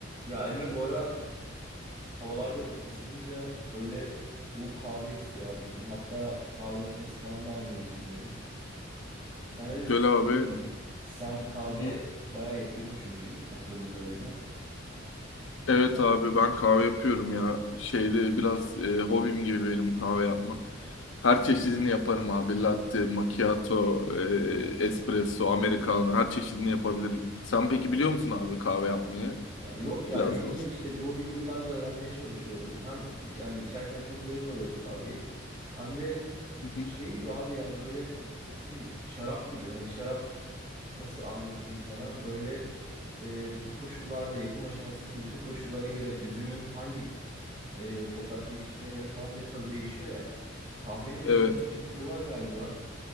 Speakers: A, on the right; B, on the left.
A: Ya Emre bu ara havalarda ısınınca böyle soğuk kahve istiyor abi canım. Hatta kahve makinesi falan da almayı düşünüyorum. Sen dedim
B: Güzel
A: bir sohbet
B: abi. Hı
A: edeyim. Sen kahve
B: hı.
A: bayağı yapıyordun çünkü hatırladığım kadarıyla.
B: Evet abi ben kahve yapıyorum ya. Şeyde biraz e, hobim gibi benim kahve yapmak. Her çeşidini yaparım abi. Latte, macchiato, e, espresso, americano her çeşidini yapabilirim. Sen peki
A: Evet.
B: biliyor musun abi kahve yapmayı?
A: Var. Yok ya
B: Biraz
A: yeni
B: da olsun.
A: yeni işte bir hobi gibi ben de öğrenmeye çalışıyorum. Hem yani içerken çok zevk alıyorum kahveyi. Hem de
B: Hı
A: şey
B: hı.
A: gibi abi ya böyle nasıl diyeyim şarap gibi. Hani şarap nasıl anlatayım sana? Böyle e, bütün koşullarda, yapım aşamasındaki bütün koşullara göre üzümün hangi e, toprakta yetiştiğine göre falan bile tadı değişiyor ya. Kahvenin de
B: Evet.
A: bin bir çeşit türü var galiba.